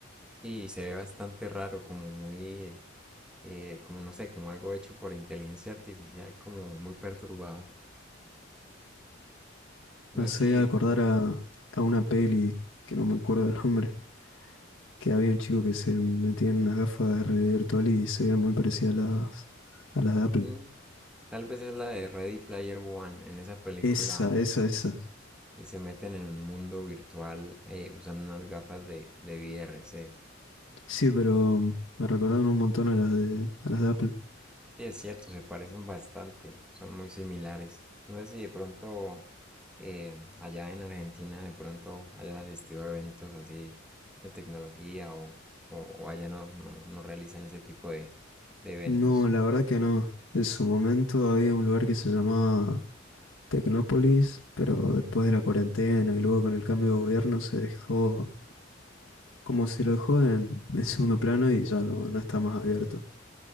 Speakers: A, in the centre; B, on the left.
A: Sí, se ve bastante raro, como muy, eh, como no sé, como algo hecho por inteligencia artificial, como muy perturbador. No
B: Me hacía
A: sé, sí,
B: acordar a, a una peli, que no me acuerdo el nombre, que había un chico que se metía en unas gafas de realidad virtual y se veía muy parecida a las, a las de Apple.
A: mm, tal vez es la de Ready Player One. En esa película
B: Esa, esa, esa.
A: eh, se meten en un mundo virtual eh, usando unas gafas de, de V R sí
B: Sí, pero mm, me recordaron un montón a las de, a las de Apple.
A: Sí, es cierto, se parecen bastante, son muy similares. No sé si de pronto eh, allá en Argentina de pronto hayas asistido a eventos así de tecnología o, o, o allá no, no, no realizan ese tipo de, de eventos.
B: No, la verdad que no. En su momento había un lugar que se llamaba Tecnópolis, pero después de la cuarentena y luego con el cambio de gobierno se dejó Como se lo dejó en, en segundo plano y ya no, no está más abierto.
A: Ujú.